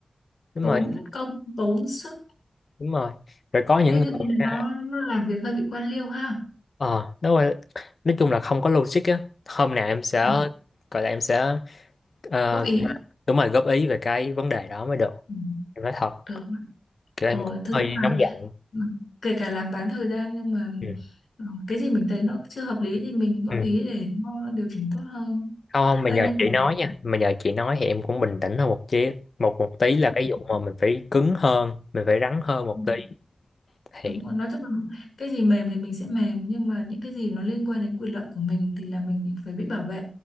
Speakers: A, on the left; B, on the left.
A: đúng
B: tốn
A: rồi
B: công tốn sức
A: đúng rồi rồi có những
B: Ê,
A: người
B: cái bên này
A: ra
B: nó nó làm việc hơi bị quan liêu ha
A: Ờ, đúng rồi. Nói chung là không có logic á. Hôm nào em sẽ
B: Ừ,
A: gọi là em sẽ ờ,
B: góp ý
A: đúng rồi góp ý về cái vấn đề đó mới được.
B: Ừ,
A: Em nói thật,
B: được
A: kiểu em
B: rồi
A: cũng
B: thực
A: hơi
B: ra là
A: nóng giận.
B: kể cả làm bán thời gian nhưng mà
A: Ừ.
B: ờ, cái gì mình thấy nó chưa hợp lý thì mình góp
A: Ừ.
B: ý để nó điều chỉnh tốt hơn
A: Không không,
B: Ê,
A: mà nhờ
B: nhưng
A: chị nói nha. Mà nhờ chị nói thì em cũng bình tĩnh hơn một chí một một tí là cái vụ mà mình phải cứng hơn, mình phải rắn hơn một
B: mà
A: tí. Thiệt.
B: Đúng rồi. Nói chung là cái gì mềm thì mình sẽ mềm nhưng mà những cái gì nó liên quan đến quyền lợi của mình thì là mình phải biết bảo vệ.